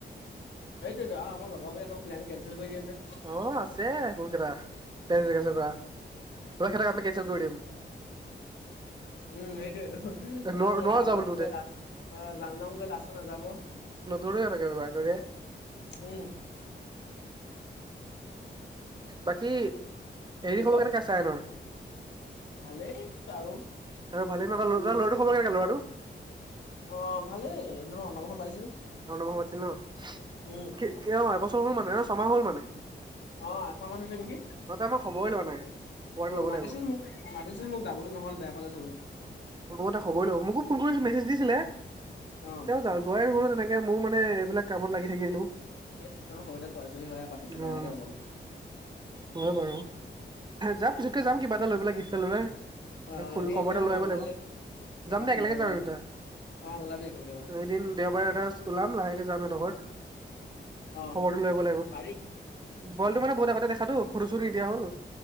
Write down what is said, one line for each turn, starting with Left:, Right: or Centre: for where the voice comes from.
Left: সেইটোৱেইটো আমাৰ লগৰ বোৰে আকৌ প্লেন কেনচেল কৰি দিয়ে যে।
Right: অ আছে বহুতকেইটা টেন জেগেচন কৰা ত হেঁতক আমি কেনচেল কৰি দিম।
Left: উম সেইটোৱেইটো, তাছত
Right: নোৱাৰ নোৱাৰ
Left: যাম
Right: যাব
Left: যাম
Right: তোহঁতে
Left: কৈ লাষ্ট- অ যাম যাম কৈ লাষ্টত নাযাব।
Right: সৰুৱে থাকে অ বাৰ কৰিলে
Left: উম
Right: বাকী এৰি
Left: উম
Right: খবৰ
Left: ক
Right: কেনেকা চাইনৰ
Left: ভালেই আৰু
Right: তাৰ ভালেই ন ত
Left: কিয়
Right: তাৰ ল'ৰাটো খবৰ কেনেকা ল'ৰাটো
Left: অ ভালেই ন অন্নপ্ৰশন পাতিছিল
Right: অন্নপ্ৰশন পাতিছিল ন
Left: উম
Right: কি অ এবছৰ হ'ল মানে অ ছমাহ হ'ল মানে
Left: অ আঠ মাহ মান হৈছে নেকি
Right: তহঁতে মই খবই লোৱা নাই খবৰটো
Left: অ
Right: ল'ব
Left: মাতিছিল
Right: লাগিব
Left: মোক মাতিছিল মোক যাবলৈ নহ'ল বেয়া পালে চাগৈ
Right: অ তা খবই লব মোকো ফোন কৰিছিলে মেছেজ দিছিলে
Left: অ
Right: তেওঁ যা যোৱাই হোৱাই নহল ন তেনে কে মও মানে এইবিলাক কামত লাগি থাকিলো
Left: এ ইমান সৰুতে পোৱলি ছোৱালী হয় আও পাতিছে
Right: অ
Left: বেয়া লাগে যাবলে
Right: হয় বাৰু যাম পিছতকে যাম কিবা এটা লৈ পেলাই গিফ্ট এটা লৈ পেলাই
Left: অ
Right: খ
Left: এ
Right: খবৰ
Left: এনে
Right: এটা
Left: সোমাব
Right: লৈ আহিব লাগিব
Left: গলে এপাক
Right: যাম দে
Left: সোমাই
Right: একেলগে
Left: আহিব
Right: যাম
Left: লাগিব
Right: আমি দুটা
Left: অ ওলাবি একেলগে যাম
Right: অ এদিন দেওবাৰে এটা ওলাম লাহেকে যাম সিহঁতৰ ঘৰত
Left: অ
Right: খবৰতো লৈ আহিব লাগিব
Left: পাৰি
Right: বলটো মানে বহুত আগতে দেখাতো ফটো চতো নিদিয়া হ'ল